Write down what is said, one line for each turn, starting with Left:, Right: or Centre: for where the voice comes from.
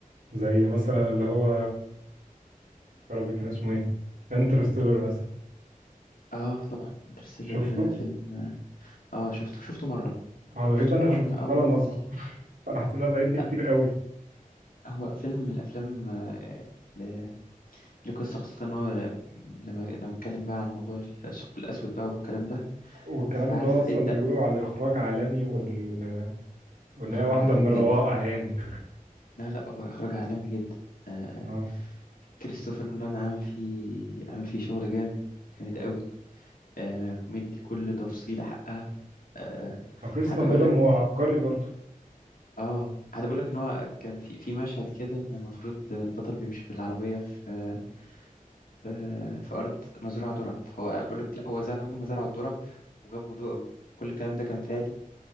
Right: زي مثلا اللي هو يا ربي كان اسمه ايه انترستيلر مثلا
Left: آه طبعا انترستيلر
Right: شفته
Left: فيلم آه شفته شفته مرة
Right: هو الغريب
Left: شفته
Right: بقى انا
Left: مرة
Right: ما
Left: أول
Right: آه. شفتوش
Left: ما أول
Right: ولا
Left: ما
Right: مره
Left: نزل
Right: انا حاسس انها فايتني
Left: لا
Right: كتير قوي
Left: هو فيلم من الأفلام آه، ل- لقصة خاصة إن هو لما لما اتكلم بقى عن موضوع الثقب الأسود بقى والكلام ده
Right: والكلام
Left: فعارف
Right: اللي هو اصلا
Left: ادى
Right: بيقولوا على الاخراج عالمي وال... وان
Left: إخراج
Right: هي واحده
Left: عالمي
Right: من الروائع
Left: جدا
Right: يعني
Left: لا لا هو إخراج عالمي جدا آه
Right: اه
Left: كريستوفر نولان عامل فيه عامل فيه شغل جامد جامد قوي آه مدي كل تفصيلة حقها آه
Right: هو كريستوفر
Left: حتى
Right: نولان
Left: بيقول لك
Right: هو عبقري برضه
Left: اه حتى بيقول لك ان هو كان في في مشهد كده ان المفروض البطل بيمشي بالعربية في في, في أرض مزروعة ذرة فهو بيقول لك لا هو زرع هم زرعوا الذرة وجابوا ضوء كل الكلام ده كان فعلي